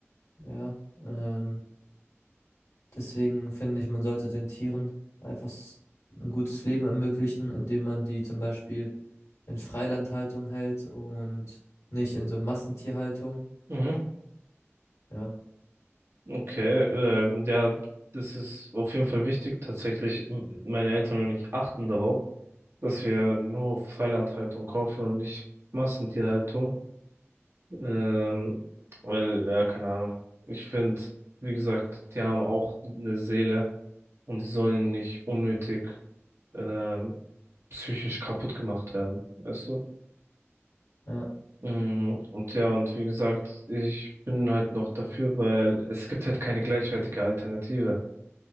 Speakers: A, on the left (about 85°); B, on the right (about 65°).
A: Ja, ähm, deswegen finde ich, man sollte den Tieren einfach s- ein gutes Leben ermöglichen, indem man die zum Beispiel in Freilandhaltung hält und nicht in so Massentierhaltung.
B: Mhm.
A: Ja,
B: Okay, ähm, ja, das ist auf jeden Fall wichtig. Tatsächlich, m- meine Eltern und ich achten darauf, dass wir nur Freilandhaltung kaufen und nicht Massentierhaltung. Ähm, weil, ja, keine Ahnung. Ich finde, wie gesagt, die haben auch eine Seele und die sollen nicht unnötig ähm, psychisch kaputt gemacht werden, weißt du?
A: ja,
B: Mm, Und ja, und wie gesagt, ich bin halt noch dafür, weil es gibt halt keine gleichwertige Alternative.